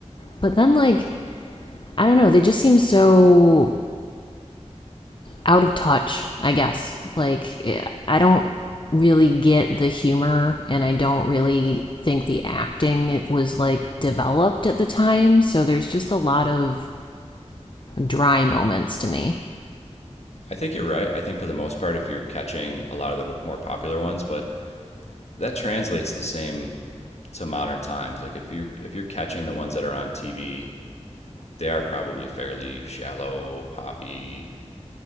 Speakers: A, on the left (about 45°); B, on the left (about 65°).
A: but then, like, I don't know, they just seem so out of touch, I guess. Like, eh, I don't really get the humor, and I don't really think the acting it was like developed at the time. So there's just a lot of dry moments to me.
B: I think you're right. I think for the most part, if you're catching a lot of the more popular ones, but that translates the same to modern times. Like if you're if you're catching the ones that are on TV, they are probably fairly shallow, poppy.